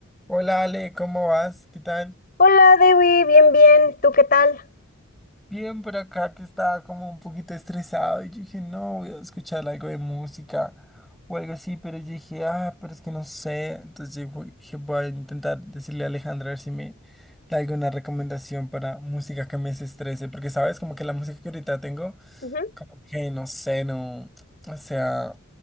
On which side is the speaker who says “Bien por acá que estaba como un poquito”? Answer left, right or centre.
Centre